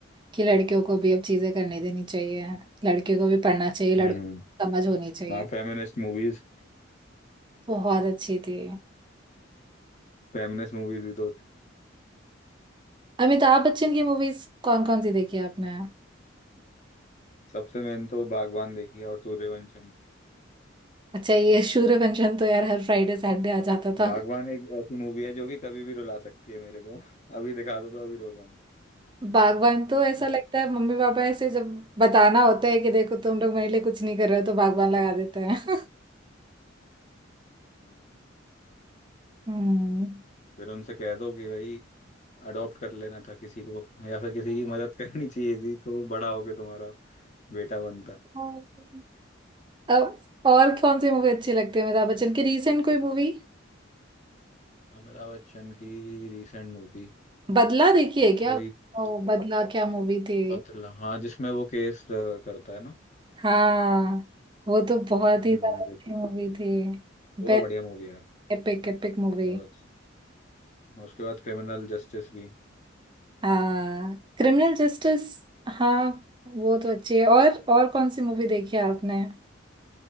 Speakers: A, on the right; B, on the left.
A: कि लड़कियों को भी अब चीजें करने देनी चाहिए लड़कियों को भी पढ़ना चाहिए लड़कों
B: हम्म हम्म।
A: को समझ होनी चाहिए
B: हाँ फेमिनिस्ट मूवीज
A: बहुत अच्छी थी
B: फेमिनिस्ट मूवीज <laughs> भी तो
A: अमिताभ बच्चन की मूवीज कौन कौन सी देखी है आपने
B: सबसे मेन तो बागवान देखी है और सूर्यवंशम
A: अच्छा ये सूर्यवंशम तो यार हर फ्राइडे सैटरडे आ जाता था
B: बागवान एक ऐसी मूवी है जो कि कभी भी रुला सकती है मेरे को <laughs> अभी दिखा दो तो अभी रो जाऊंगा
A: बागवान तो ऐसा
B: <laughs>
A: लगता है मम्मी पापा ऐसे जब बताना होता है कि देखो तुम लोग मेरे लिए कुछ नहीं कर रहे हो तो बागवान लगा देते हैं <laughs>
B: हाँ।
A: हम्म
B: फिर उनसे कह दो कि भाई अडॉप्ट कर लेना था किसी को या फिर किसी की मदद करनी चाहिए थी तो बड़ा होके तुम्हारा बेटा बनता
A: <laughs> अब और कौन सी मूवी अच्छी लगती है अमिताभ बच्चन की रीसेंट कोई मूवी
B: अमिताभ बच्चन की रीसेंट मूवी
A: बदला देखी है क्या
B: कोई तो
A: ओ बदला क्या मूवी थी
B: पतला हाँ जिसमें वो केस अ, करता है ना
A: हाँ वो तो बहुत
B: हम्म
A: ही ज्यादा
B: देखिए
A: अच्छी मूवी थी
B: वो
A: Best
B: तो बढ़िया मूवी है
A: epic epic movie
B: बहुत अच्छी उसके बाद क्रिमिनल जस्टिस भी
A: हाँ क्रिमिनल जस्टिस हाँ वो तो अच्छी है और और कौन सी मूवी देखी है आपने